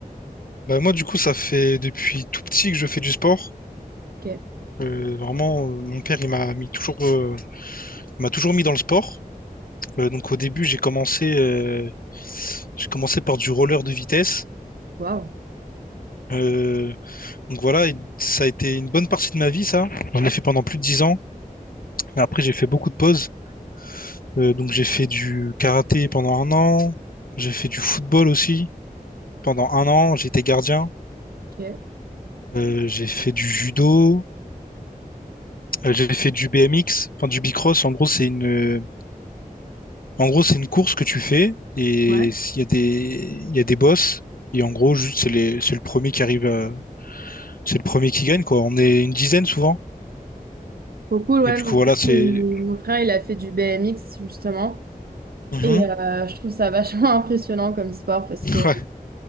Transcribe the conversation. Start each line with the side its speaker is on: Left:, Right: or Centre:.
Left: Bah moi du coup ça fait depuis tout petit que je fais du sport.
Right: Ok.
Left: Euh, vraiment, euh, mon père il m'a mis toujours, euh, il m'a toujours mis dans le sport. Euh, donc au début j'ai commencé, euh, j'ai commencé par du roller de vitesse.
Right: Waouh.
Left: Euh, donc voilà, et ça a été une bonne partie de ma vie ça. J'en ai fait pendant plus de 10 ans. Mais après j'ai fait beaucoup de pauses. Euh, donc j'ai fait du karaté pendant un an. J'ai fait du football aussi pendant un an. J'ai été gardien.
Right: Ok.
Left: Euh, j'ai fait du judo. Euh, j'ai fait du BMX, enfin du bicross. En gros, c'est une, euh, en gros, c'est une course que tu fais et
Right: Ouais.
Left: il y a des, il y a des boss. Et en gros, juste, c'est les, c'est le premier qui arrive, à- c'est le premier qui gagne, quoi. On est une dizaine souvent.
Right: Trop cool, ouais.
Left: Et du coup,
Right: Mon
Left: voilà,
Right: frère,
Left: c'est,
Right: il, mon frère, il a fait du BMX, justement.
Left: Mhm.
Right: Et euh, je trouve ça vachement <laughs> impressionnant comme sport parce
Left: <laughs>
Right: que,